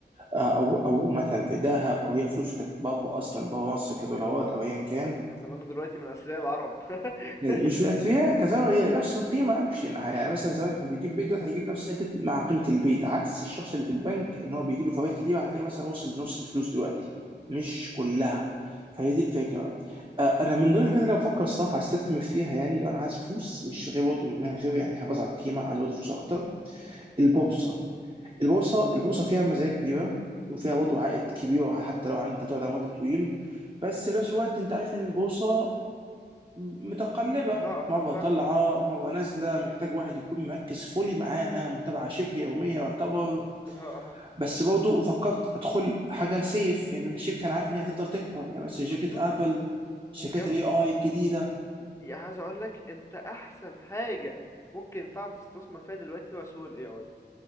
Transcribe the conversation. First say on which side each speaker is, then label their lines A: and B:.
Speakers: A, on the right; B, on the left.
A: او او مثلا في دهب او هي فلوسه كانت بره اصلا بره مصر كدولارات او ايا كان
B: زمانه دلوقتي من اثرياء العرب <laughs>
A: فمش بقت فيها كزمان هي نفس القيمه اكشن يعني مثلا زمان كان بيجيب بيت دلوقتي هيجيب نفس حته مع قيمه البيت عكس الشخص اللي في البنك ان هو بيجي له فوائد كتير هتلاقيه مثلا وصل لنص الفلوس دلوقتي مش كلها فهي دي الفكره آه، انا من ضمن الحاجات اللي أنا بفكر الصراحه استثمر فيها يعني لو انا عايز فلوس مش غير برضه من غير يعني حفاظ على القيمه عايز برضه فلوس اكتر البورصه البورصه البورصه فيها مزايا كبيره وفيها برضه عائد كبير حتى لو انت تقعد على مدى طويل بس في نفس الوقت انت عارف ان البورصه متقلبه
B: اها اها
A: مره
B: فاهمك
A: طالعه مره نازله محتاج واحد يكون مركز فولي معاها متابعه شبه يوميه يعتبر
B: ها ها
A: بس برضه فكرت ادخل حاجه سيف يعني انا شايف كان عارف ان هي هتفضل تكبر يعني مثلا شركه
B: بالظبط
A: ابل شركات
B: يب...
A: الاي اي الجديده
B: يا عايز اقول لك انت احسن حاجه ممكن فعلا تستثمر فيها دلوقتي هو سوق الاي اي